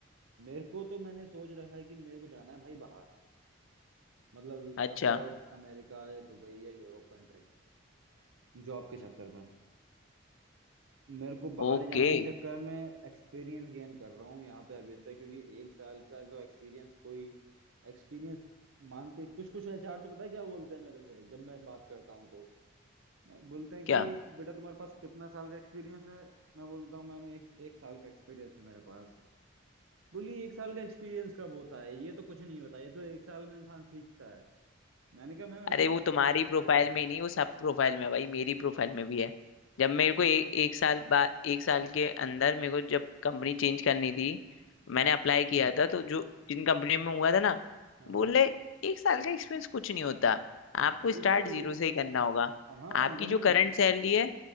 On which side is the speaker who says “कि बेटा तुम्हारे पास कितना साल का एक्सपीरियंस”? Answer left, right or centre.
Right